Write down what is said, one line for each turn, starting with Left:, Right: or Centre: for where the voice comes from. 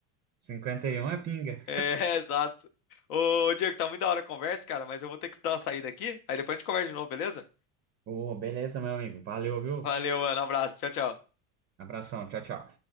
Right: 51 é pinga.
Left: É, exato. Ô, Diego, tá muito a a hora a conversa, cara. Mas eu vou ter que dar uma saída aqui. Aí depois a gente conversa de novo, beleza?
Right: Ô, beleza, meu amigo, valeu, viu?
Left: Valeu, mano. Abraço. Tchau, tchau.
Right: Abração, tchau, tchau.